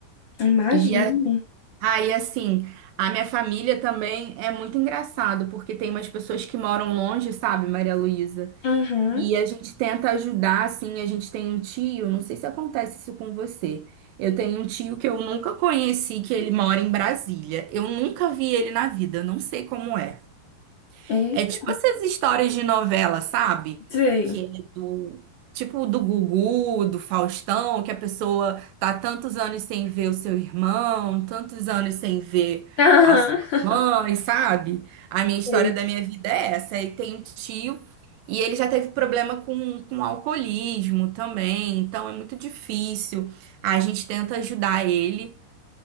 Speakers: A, on the left; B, on the right.
A: Imagino.
B: E a- aí, assim, a minha família também é muito engraçado, porque tem umas pessoas que moram longe, sabe, Maria Luísa?
A: Uhum.
B: E a gente tenta ajudar, assim, a gente tem um tio, não sei se acontece isso com você. Eu tenho um tio que eu nunca conheci, que ele mora em Brasília. Eu nunca vi ele na vida, eu não sei como é.
A: Eita.
B: É tipo essas histórias de novela, sabe?
A: Sei.
B: Que é do tipo do Gugu, do Faustão, que a pessoa tá tantos anos sem ver o seu irmão, tantos anos sem ver
A: Aham.
B: a sua mãe, sabe? A minha história
A: Sei.
B: da minha vida é essa. E tem um tio e ele já teve problema com, com alcoolismo também, então é muito difícil. A gente tenta ajudar ele.